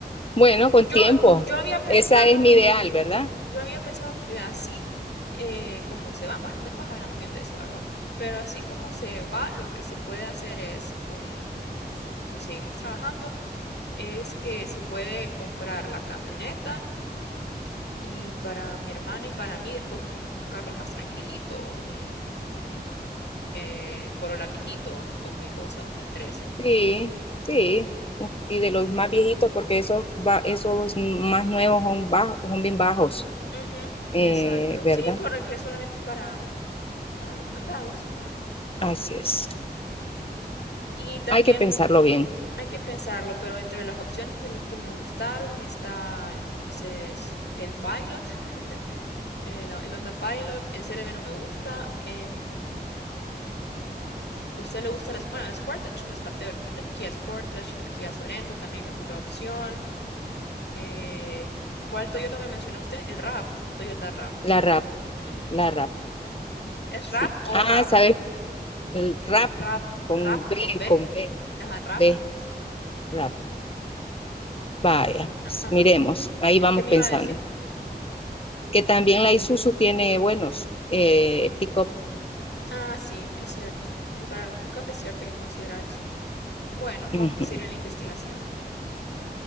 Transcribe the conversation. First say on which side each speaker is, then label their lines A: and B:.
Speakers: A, on the left; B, on the left.
A: bueno, con
B: Yo,
A: tiempo.
B: yo había pensado
A: Esa es mi ideal, ¿verdad?
B: Yo había pensado que así eh, como se va, bueno, después hablamos bien de eso, ¿verdad? Pero así como se va, lo que se puede hacer es con, si seguimos trabajando, es que se puede comprar la camioneta y para mi hermana y para mí después un, un carro más tranquilito, un, un, eh, Corolla viejito, 2012, 2013.
A: Sí, sí. Y de los más viejitos, porque esos, va- esos más nuevos son bajos, son bien bajos,
B: Ujú,
A: eh,
B: exacto,
A: ¿verdad?
B: sí, porque solamente es para, para los mandados.
A: Así es.
B: Y también
A: Hay que pensarlo bien.
B: Hay que pensarlo, pero entre las opciones de los que me gustaron está entonces el Pilot, <laughs> el, el Honda Pilot, el CRV no me gusta. em, ¿usted le gusta el, es- bueno, el Sportage no está feo, el Kita- Kia, Sportage, el Kia Sorento también es otra opción. eh, ¿cuál Toyota me mencionó usted? El RAV, Toyota RAV.
A: La rap,
B: ujú.
A: la rap.
B: ¿Es
A: Sí.
B: RAV o
A: Ah,
B: RAV?
A: ¿sabes? El rap
B: RAV,
A: con
B: RAV
A: B,
B: con B.
A: con B,
B: Ajá, RAV.
A: B, rap. Vaya, pues
B: Ajá.
A: miremos, ahí vamos
B: ¿Qué me
A: pensando.
B: iba a decir?
A: Que también la Isuzu tiene buenos eh, pick-up.
B: Ah, sí, es cierto. Eh, para los pick-up es cierto que considerar ISUS. Bueno, vamos
A: Ujú,
B: a seguir en la investigación.